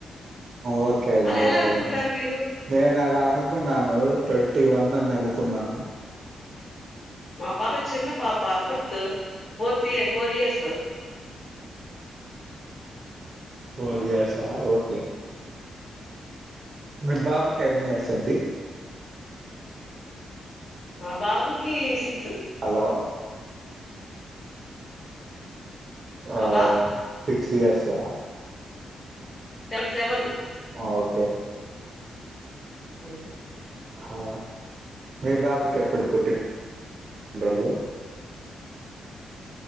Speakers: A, on the right; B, on the left.
A: ఓకే అండి
B: అలా ఎలా
A: ఓకే
B: అనుకుంటారు
A: అండి
B: మీరు?
A: నేను అలా అనుకున్నాను ట్వంటీ వన్ అని అనుకున్నాను
B: మా పాప చిన్న పాపా fourth fourth year four years
A: four years ఆ ఓకే మీ బాబ కెన్నియర్స్ అండి
B: మా బాబుకి సిక్స్
A: హలో ఆ
B: మా
A: సిక్స్ ఇయర్స్ ఆ
B: సె సెవన్
A: ఓకే
B: మ్మ్
A: ఆ మీ బాబుకి ఎప్పుడు పుట్టిన రోజు